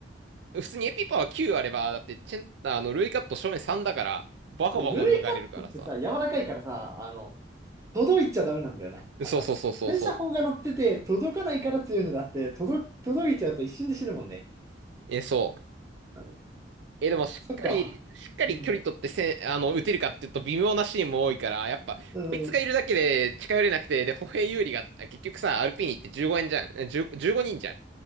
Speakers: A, on the right; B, on the right.
A: 普通にエピパワー9あれば、だってチェン、あの、ルイカット正面3だから、バコバコ抜かれるからさ。
B: そうルイカットってさ、柔らかいからさ、あの、届いちゃダメなんだよな。あの、
A: そうそうそうそうそう。
B: 洗車砲が乗ってて、届かないから強いのだって、届、届いちゃうと一瞬で死ぬもんね。
A: え、そう。
B: うん、
A: え、でもしっかり、
B: そっか。
A: しっかり距離取ってせあの、
B: うん。
A: 打てるかっていうと微妙なシーンも多いから、やっぱ、
B: うん、
A: こいつがいるだけで近寄れなくて、
B: うん。
A: で、歩兵有利が、結局さ、アルピーニって15円じゃん。え1 5人じゅうごにんじゃ